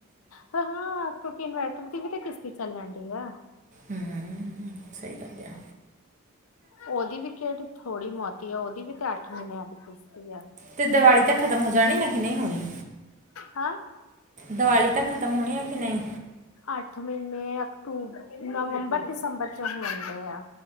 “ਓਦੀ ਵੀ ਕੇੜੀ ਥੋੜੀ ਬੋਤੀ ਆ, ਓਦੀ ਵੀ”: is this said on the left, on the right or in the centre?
Left